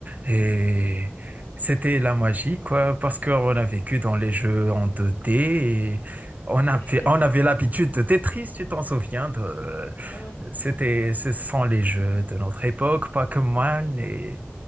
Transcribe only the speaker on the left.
<laughs>
C'est
ça.
Ah ouais.